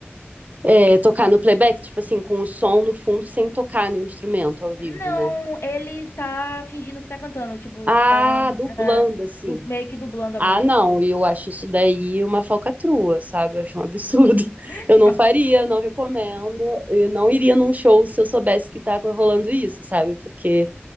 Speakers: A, on the right (about 40°); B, on the left (about 80°).
A: É, tocar no playback, tipo assim, com o som no fundo sem tocar no instrumento ao vivo,
B: Não,
A: né?
B: ele tá fingindo que tá cantando, tipo,
A: Ah,
B: tá
A: dublando,
B: é,
A: assim.
B: du- meio que dublando a
A: Ah,
B: música.
A: não, e eu acho isso daí uma falcatrua, sabe? Eu acho um absurdo. <laughs>
B: <laughs>
A: Eu não faria, não recomendo, e não iria num show se eu soubesse que tá rolando isso, sabe? Porque,